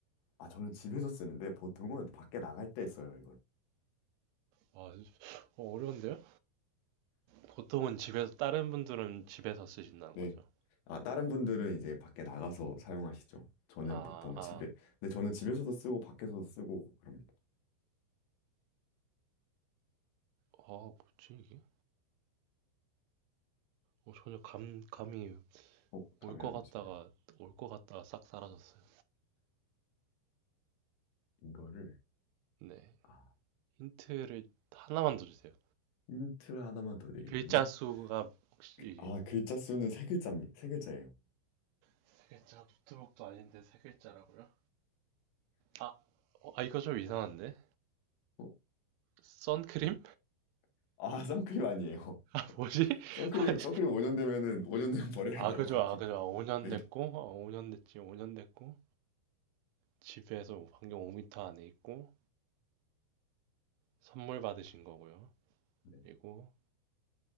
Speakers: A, on the left; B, on the right.
A: 아, 저는 집에서 쓰는데 보통은 밖에 나갈 때 써요,
B: 와, 어, 어려운데요? 보통은 집에서, 다른 분들은 집에서 쓰신다는
A: 네.
B: 거죠.
A: 아, 다른 분들은 이제 밖에 나가서 사용하시죠. 저는
B: 아,
A: 보통
B: 아,
A: 집에, 근데 저는 집에서도 쓰고 밖에서도 쓰고 그럽니다.
B: 아, 뭐지 이게? 어, 전혀 감, 감이
A: 어, 감이
B: 올 것
A: 안
B: 같다가
A: 오시네요.
B: 올 것 같다가 싹 사라졌어요.
A: 이거를,
B: 네.
A: 아,
B: 힌트를 하나만 더 주세요.
A: 힌트 하나만 더 드리면은,
B: 글자 수가 혹시
A: 그- 아, 글자 수는 세 글자입니다. 세 글자예요.
B: 세 글자 노트북도 아닌데 세 글자라고요? 아, 어, 아 이거 좀 이상한데?
A: 어,
B: 선크림?
A: 어, 아, 선크림 아니에요.
B: <laughs>
A: <laughs>
B: 뭐지?
A: 선크림,
B: <laughs> 아니,
A: 선크림 5년 되면은, 5년 되면 버려야
B: 아
A: 돼요.
B: 그죠
A: <laughs>
B: 아 그죠 아, 5년
A: 네.
B: 됐고 아, 5년 됐지 5년 됐고 집에서 반경 5m 안에 있고 선물 받으신 거고요.
A: 네.
B: 그리고